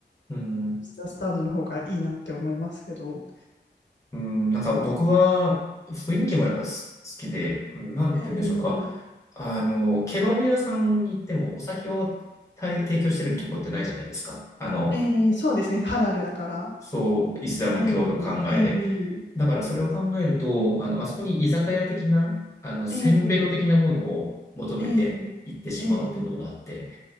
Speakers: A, on the left (about 15°); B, on the left (about 80°).
A: うん、
B: ミスタースタンドの方がいいなって思いますけど。
A: うん、なんか僕は、雰囲気もやっぱ好きで、うんなんて言うんでしょうか。
B: えー、
A: あの、ケバブ屋さんに行ってもお酒を提提供してるところってないじゃないですか。あの、
B: えーそうですね、ハラルだから。
A: そう、イスラム教の考えで。
B: えー、えー、
A: だからそれを考えると、あの、あそこに居酒屋的な、あの、せんべろ的なものを求めて行ってしまうってことがあって、
B: えー、えー、えー、